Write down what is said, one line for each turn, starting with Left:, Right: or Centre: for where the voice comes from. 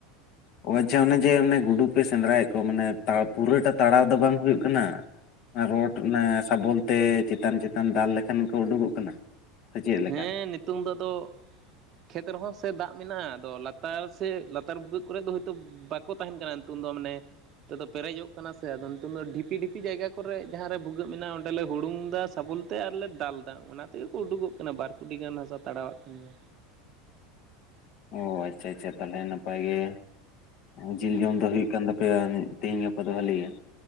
Left: ᱚ ᱟᱪᱷᱟ ᱚᱱᱮ ᱡᱮ ᱚᱱᱮ ᱜᱩᱰᱩ ᱯᱮ ᱥᱮᱸᱫᱽᱨᱟᱭᱮᱫ ᱠᱚᱣᱟ ᱢᱟᱱᱮ ᱯᱩᱨᱟᱹᱴᱟ ᱛᱟᱲᱟᱣ ᱫᱚ ᱵᱟᱝ ᱦᱩᱭᱩᱜ ᱠᱟᱱᱟ ᱨᱚᱰ ᱚᱱᱟ ᱥᱟᱵᱚᱞ ᱛᱮ ᱪᱮᱛᱟᱱ ᱪᱮᱛᱟᱱ ᱫᱟᱞ ᱞᱮᱠᱷᱟᱱ ᱜᱮ ᱠᱚ ᱩᱰᱩᱠᱚᱜ ᱠᱟᱱᱟ? ᱥᱮ ᱪᱮᱫ ᱞᱮᱠᱟ
Right: ᱦᱮᱸ ᱱᱤᱛᱚᱝ ᱫᱚ ᱟᱫᱚ ᱠᱷᱮᱛ ᱨᱮᱦᱚᱸ ᱥᱮ ᱫᱟᱜ ᱢᱮᱱᱟᱜᱼᱟ, ᱟᱫᱚ ᱞᱟᱛᱟᱨ ᱥᱮ ᱞᱟᱛᱟᱨ ᱵᱷᱩᱜᱟᱹᱜ ᱠᱚᱨᱮᱫ ᱫᱚ ᱦᱳᱭᱛᱚ ᱵᱟᱠᱚ ᱛᱟᱦᱮᱱ ᱠᱟᱱᱟ ᱱᱤᱛᱚᱝ ᱫᱚ ᱢᱟᱱᱮ ᱱᱤᱛᱚᱜ ᱫᱚ ᱯᱮᱨᱮᱡᱚᱜ ᱠᱟᱱᱟ ᱥᱮ, ᱟᱫᱚ ᱱᱤᱛᱚᱝ ᱫᱚ ᱰᱷᱤᱯᱤ ᱰᱷᱤᱯᱤ ᱡᱟᱭᱜᱟ ᱠᱚᱨᱮ ᱡᱟᱦᱟᱸ ᱨᱮ ᱵᱷᱩᱜᱟᱹᱜ ᱢᱮᱱᱟᱜ ᱟ ᱚᱸᱰᱮ ᱞᱮ ᱦᱩᱲᱩᱝᱫᱟ ᱥᱟᱵᱚᱞ ᱛᱮ ᱟᱨᱞᱮ ᱫᱟᱞ ᱫᱟ ᱚᱱᱟ ᱛᱮᱜᱮ ᱠᱚ ᱩᱰᱩᱠᱚᱜ ᱠᱟᱱᱟ ᱵᱟᱨ ᱠᱩᱰᱤ ᱜᱟᱱ ᱦᱟᱥᱟ ᱛᱟᱲᱟᱣᱟᱜ ᱠᱷᱟᱱ ᱜᱮ᱾
Left: ᱚ ᱟᱪᱪᱷᱟ ᱟᱪᱪᱷᱟ ᱛᱟᱦᱚᱞᱮ ᱱᱟᱯᱟᱭ ᱜᱮ᱾ ᱡᱤᱞ
Right: ᱦᱩᱸ
Left: ᱡᱚᱢ ᱫᱚ ᱦᱳᱭᱳᱜ ᱠᱟᱱ ᱛᱟᱯᱮᱭᱟ ᱛᱮᱦᱤᱧ ᱜᱟᱯᱟ ᱫᱚ ᱵᱷᱟᱞᱤ ᱜᱮ᱾